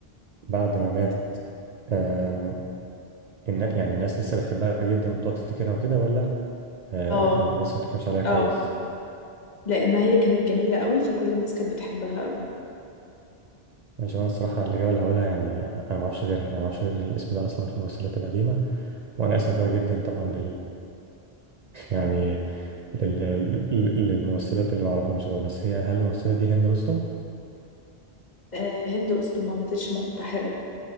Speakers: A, on the right (about 50°); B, on the left (about 45°).
A: بعد ما ماتت آم، النا- يعني الناس لسه بتحبها جدا وبتقعد تفتكرها وكده ولا آه
B: اه
A: الناس ما بتتكلمش عليها كويس؟
B: اه لأن هي كانت جميلة قوي فكل الناس كانت بتحبها قوي
A: ماشي وانا الصراحة الإجابة اللي هقولها يعني أنا ما أعرفش غيرها يعني ما أعرفش غير الاسم ده أصلا في الممثلات القديمة وأنا آسف بقى جدا طبعا يعني لل... لل- للممثلات اللي ما اعرفهمش دول بس هي هل الممثله دي هند رستم
B: آه هند رستم ما ماتتش منتحرة